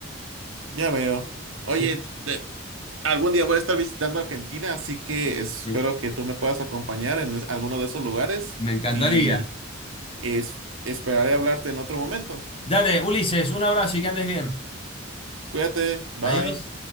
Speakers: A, on the right; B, on the left.
A: ya veo. Oye,
B: Sí,
A: te- te- algún día voy a estar visitando Argentina, así que espero
B: me,
A: que tú me puedas acompañar en es- alguno de esos lugares
B: me encantaría.
A: y es- esperaré hablarte en otro momento.
B: Dale, Ulises, un abrazo y que andes bien.
A: Cuídate, bye.
B: Adiós.